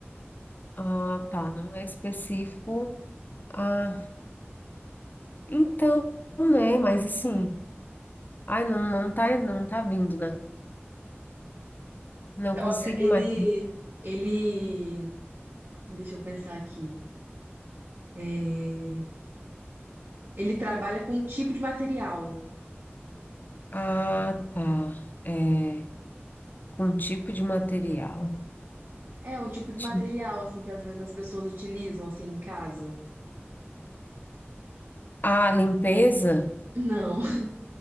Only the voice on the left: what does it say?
Ah, tá. Não é específico. Ah, então, né? Mas assim, ai, não, não tá, não tá vindo, né? Não consigo
mais.
Ah, tá. É, com um tipo de material.
Ti-
Ah, limpeza?